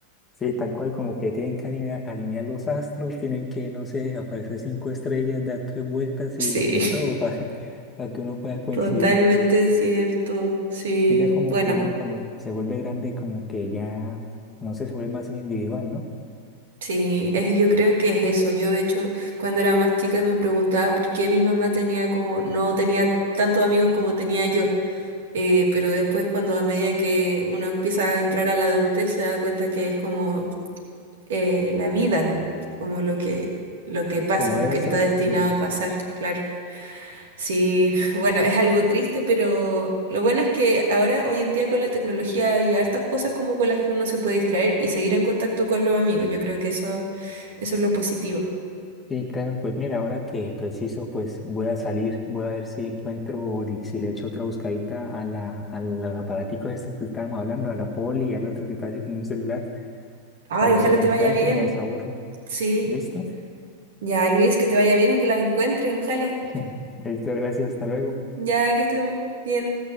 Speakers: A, on the left; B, on the right.
A: sí, tal cual, como que tienen que alinear, alinear los astros, tienen que, no sé, aparecer cinco estrellas, dar tres vueltas y
B: Sí.
A: de todo <laughs> para que, para que uno pueda coincidir.
B: Totalmente cierto, sí,
A: Que ya como
B: bueno,
A: que uno cuando se vuelve grande, como que ya, no sé, se vuelve más individual, ¿no?
B: sí, es, yo creo que es eso. Yo de hecho cuando era más chica me preguntaba por qué mi mamá tenía como, no tenía tantos amigos como tenía yo, Eh, pero después cuando a medida que uno empieza a entrar a la adultez se da cuenta que es como eh, la vida, ¿no? como lo que, lo que pasa,
A: Como
B: lo
A: debe
B: que está
A: ser,
B: destinado
A: sí.
B: a pasar, claro. Sí, <laughs> bueno, es algo triste, pero lo bueno es que ahora, hoy en día, con la tecnología hay hartas cosas como con las que uno se puede distraer y seguir en contacto con los amigos. Yo creo que eso, eso es lo positivo.
A: Sí, claro, pues mira, ahora que preciso, pues voy a salir, voy a ver si encuentro, o di- si le echo otra buscadita a la, a los aparaticos estos que estábamos hablando, a la poli y al otro que parece como un celular,
B: Ay,
A: para ver
B: ojalá
A: si los
B: te
A: encuentro
B: vaya bien.
A: y me desaburro.
B: Sí.
A: ¿Listo?
B: Ya, Luis, que te vaya bien y que la encuentres, ojalá.
A: <laughs> Listo, gracias, hasta luego.
B: Ya que estemos bien.